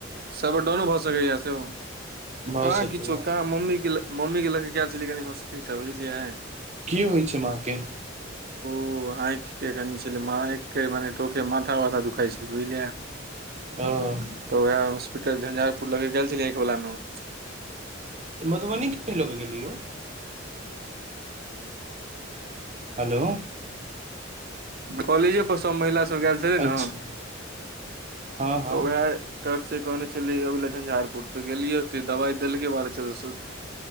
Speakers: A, on the right (about 55°); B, on the right (about 35°).
A: सब डाउनो भऽ सकैए सेहो
B: भऽ
A: कहाँ
B: सकैए
A: किछो कहाँ मम्मीे मम्मी केय ल के गेल छलियै कनि हॉस्पिटल बुझलियै
B: की होइ छै माँ के
A: ओ आँखि के कनि छलै आँखिक के मने तोखे माथा वाथा दुखाइ छलै बुझलियै
B: ह
A: तऽ उएह हॉस्पिटल झंझारपुर लऽ के गेल छलियैऐंख वला नुआ
B: मधुबनी लो के गेलियौ हेलो
A: कॉलेजे पर सब महिला सब गेल छलै ने
B: अच्छा हँ हँ
A: तऽ उएह टर <unintelligible> से कहने छली अभ झंझारपुर तऽ गेलियैे दवाइ देलकै बारह चौदह सो के